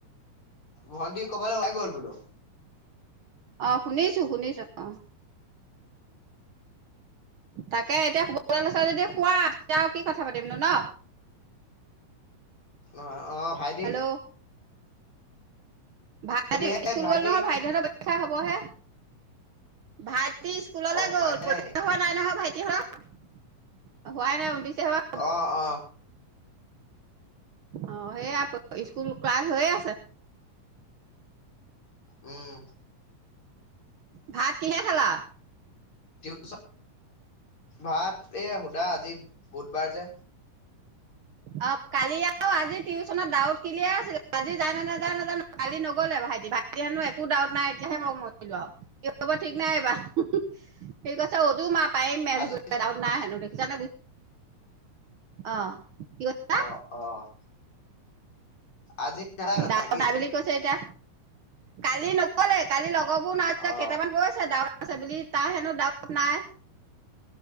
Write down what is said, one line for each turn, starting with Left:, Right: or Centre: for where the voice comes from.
Left: ভণ্টি কৰবালে ওলাই গল বোলো
Right: অ শুনিছো শুনিছো অ তাকে এতিয়া শুব ওলাইছা যদি শুৱা তেতিয়া আও কি কথা পাতিমনো ন
Left: অ অ ভাইটি
Right: হেল্ল' ভাইটি
Left: হেত
Right: স্কুল
Left: ভাইটি
Right: গ'ল নহয় ভাইটিহঁতৰ পৰক্ষা হবহে ভাইটি স্কুললৈ
Left: অ হোৱাই
Right: গ'ল পৰীক্ষা
Left: নাই নি
Right: হোৱা নাই নহয় ভাইটি হতৰ হোৱাই নাই ঊনত্ৰিচ তাৰিখৰ পৰা
Left: অ অ
Right: অ সেয়া স্কুল ক্লাছ হৈ আছে
Left: উম
Right: ভাত কিহে খালা।
Left: টিউচন ভাত এই সোধা আজি বুধবাৰ যে।
Right: অ কালি আৰু আজি টিউচনত ডাউট ক্লিয়াৰ আছিল আজি যাই নে নাযায় নাজানো। কালি নগলে ভাইটি ভাইটি হেনো একো ডাউট নাই এতিয়াহে মই মৰিলো আও কি হ'ব ঠিক নাই এইবাৰ <unintelligible> সি কৈছে উজু মা পাৰিম মেটচ
Left: আজি
Right: বোলে ডাউট নাই হেনো দেখিছানে অ কি কৈছা
Left: ক অ <inaudible> আজি <unintelligible>
Right: ডাউট নাই বুলি কৈছে এতিয়া, কালি নগলে কালি লগৰ বোৰ নাই যোৱা
Left: অ
Right: কেইটামান গৈছে ডাউট আছে বুলি তাৰ হেনো ডাউট নাই।